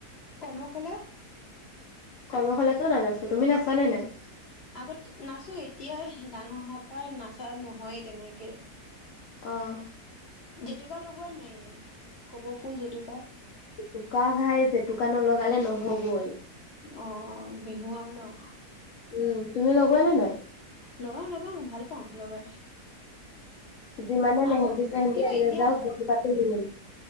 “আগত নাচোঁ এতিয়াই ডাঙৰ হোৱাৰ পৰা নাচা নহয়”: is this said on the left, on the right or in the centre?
Left